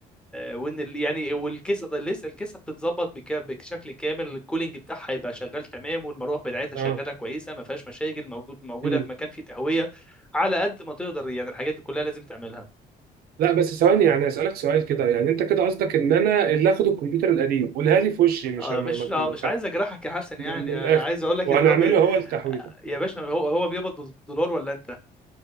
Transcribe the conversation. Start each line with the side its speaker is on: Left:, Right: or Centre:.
Centre: وإن ال يعني والكيسة ده لسه الكيسة بتتظبط بك- بشكل كامل الكولينج بتاعها هيبقى شغال تمام والمروحة بتاعتها
Right: اه
Centre: شغالة كويسة ما فيهاش مشاكل موجود موجودة
Right: مم.
Centre: في مكان فيه تهوية على قد ما تقدر يعني الحاجات دي كلها لازم تعملها
Right: لا بس ثواني يعني اسالك سؤال كده يعني انت كده قصدك ان انا اللي اخد الكمبيوتر القديم قولها لي في وشي مش
Centre: آه
Right: هم-
Centre: مش
Right: ما-
Centre: آه
Right: ما-
Centre: مش عايز اجرحك يا حسن
Right: ما-
Centre: يعني
Right: من الاخر
Centre: آه، عايز اقول لك
Right: وهنعمله
Centre: ان الواد بي...
Right: هو التحويل
Centre: يا باشا هو هو بيقبض بالدولار ولا انت